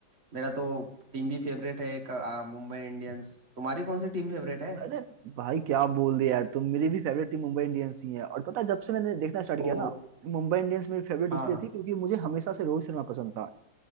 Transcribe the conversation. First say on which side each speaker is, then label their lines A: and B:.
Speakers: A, on the right; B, on the right.
A: मेरा तो टीम भी फेवरेट है एक आ, मुंबई इंडियंस तुम्हारी कौन सी टीम फेवरेट है
B: अरे भाई क्या बोल दिया यार तुम मेरी भी फेवरेट टीम मुंबई इंडियंस ही है और पता है, जब से मैंने देखना स्टार्ट
A: ओ
B: किया ना मुंबई इंडियंस मेरी फेवरेट
A: हाँ
B: इसलिए
A: हाँ
B: थी क्योंकि मुझे हमेशा से रोहित शर्मा पसंद था